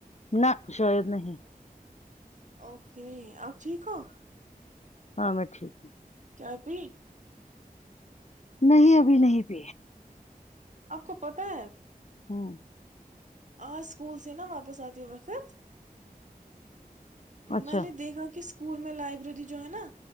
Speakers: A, on the left; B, on the right.
A: نہ شاید نہیں
B: اوکے اپ ٹھیک ہو
A: ہاں میں ٹھیک ہوں
B: چائے پین
A: نہیں ابھی نہیں پ
B: آپ کو پتہ ہے
A: ہوں <unintelligible>
B: آ سکول س نا واپس آتےتے وقت
A: اچھا
B: میں نے دیکھا کس اسکول میں لائبریری جو ہے نا